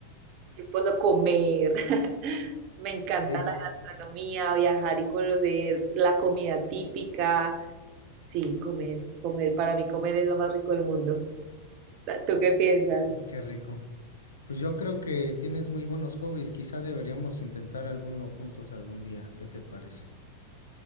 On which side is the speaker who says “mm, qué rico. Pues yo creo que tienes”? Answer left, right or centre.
Left